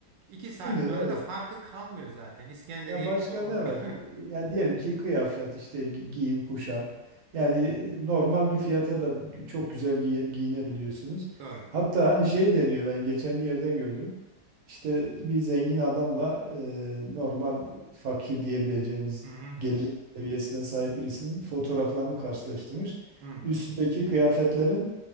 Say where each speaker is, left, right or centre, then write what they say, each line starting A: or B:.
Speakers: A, on the right (about 85°); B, on the right (about 55°).
A: İki saat
B: Aynen
A: sonra
B: evet.
A: da farkı kalmıyor zaten. İskender
B: Ya
A: yemiş
B: başka
A: olmakla.
B: ne var? Yani diyelim ki kıyafet işte gi- giyim kuşam. Yani normal bir fiyata da çok güzel giy- giyinebiliyorsunuz.
A: <laughs> Doğru.
B: Hatta hani şey deniyor ben geçen bir yerde gördüm. İşte bir zengin adamla e, normal fakir diyebileceğimiz
A: Hı hı.
B: gelir seviyesine sahip birisinin fotoğraflarını karşılaştırmış.
A: Hı
B: Üstündeki kıyafetlerin